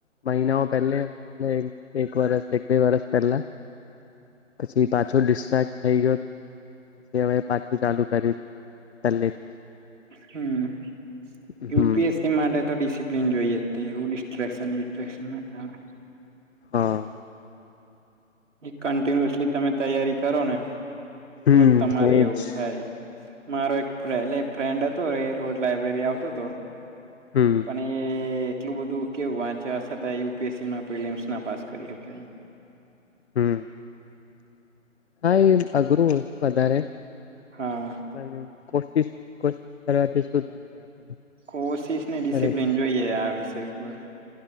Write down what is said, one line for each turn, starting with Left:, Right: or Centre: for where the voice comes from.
Left: મહિનાઓ પેલે એટલે એક વરસ એક બે વરસ પેલ્લા પછી પાછો ડિસ્ટ્રાક્ટ થઈ ગ્યો ત પે હવે પાછું ચાલુ કર્યું. પહેલેથી
Right: હમ
Left: જ
Right: યુપીએસ
Left: હમ
Right: તે માટે તો ડિસિપ્લિન જોઈએ તે એવું ડિસ્ટ્રેક્શન બિટ્રેકશન ના ચાલે
Left: હા
Right: કન્ટિન્યુઅસલી તમે તૈયારી કરો ને
Left: હમ
Right: તો જ તમારે
Left: એજ
Right: એવું થાય. મારો એક પ્રેલે ફ્રેન્ડ હતો એ રોટ લાઈબ્રેરી આવતો તો.
Left: હમ.
Right: પણ એ એટલું બધું કેવું વાંચ સતાં એ યુપીએસસીમાં પ્રિલીમ્સ ના પાસ કરી હકે.
Left: હમ હા એ અઘરું હોય વધારે
Right: હા
Left: પણ કોશિશ કોશિશ કરવાથી શું થાય આપણને
Right: કોશિશ ન‌ઈ ડિસિપ્લીન
Left: કરે
Right: જોઈએ આ વિષય ઉપર